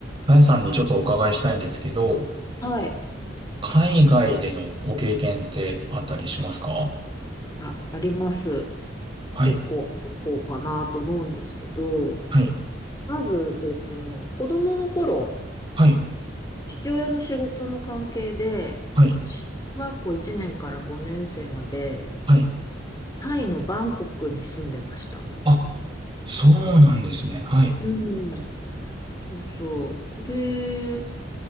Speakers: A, on the right (about 30°); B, on the left (about 20°).
A: あやさんにちょっとお伺いしたいんですけど、
B: はい。
A: 海外でのご経験ってあったりしますか
B: あ、あります。
A: はい、
B: 結構ある方かなと思うんですけど、
A: はい、
B: まず、えっとね、子供の頃、
A: はい、
B: 父親の仕事の関係で、
A: はい、
B: 小学校1年から5年生まで、
A: はい。
B: タイのバンコクに住んでました。
A: あ、そうなんですね。はい、
B: うん。そうそう。で、